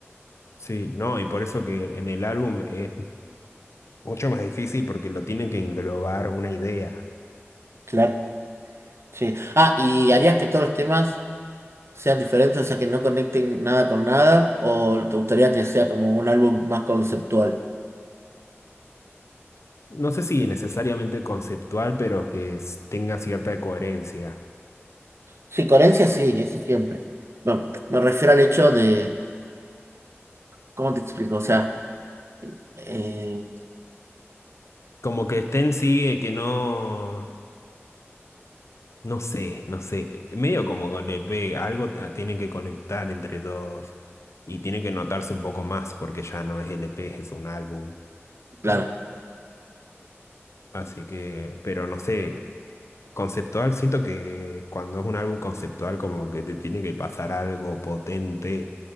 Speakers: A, on the left; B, on the right.
A: Sí, no, y por eso que en el álbum es mucho más difícil porque lo tienen que englobar una idea.
B: claro. Sí. Ah, ¿y harías que todos los temas sean diferentes, o sea, que no conecten nada con nada? ¿O te gustaría que sea como un álbum más conceptual?
A: No sé si necesariamente conceptual, pero que s- tenga cierta coherencia.
B: Sí, coherencia sí, eso siempre. Bueno, me refiero al hecho de, ¿cómo te explico? O sea, eh,
A: Como que estén sigue, que no, no sé, no sé. eh, Medio como le pega, algo t- tiene que conectar entre todos y tiene que notarse un poco más porque ya no es LP, es un álbum.
B: claro,
A: Así que, pero no sé, conceptual, siento que cuando es un álbum conceptual como que te tiene que pasar algo potente